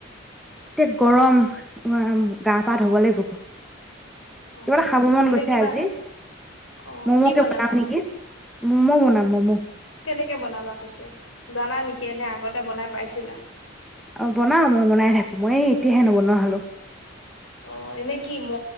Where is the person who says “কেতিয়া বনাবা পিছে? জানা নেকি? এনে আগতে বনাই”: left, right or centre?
Left